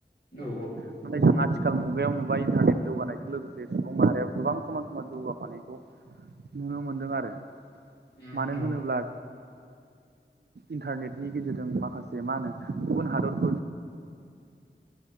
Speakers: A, on the left; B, on the right.
A: औ औ
B: नाथाय जों आथिखाल मुगायाव नुबा इन्टारनेट जौगानायजों लोगोसे सुबुं माहारियाबो गोबां समान समान जौगाफानायखौ नुनो मोनदों आरो
A: उम
B: मानो
A: औ
B: होनोब्ला इन्टारनेटनि गेजेरजों माखासे मा होनो गुबुन हादरफोरनि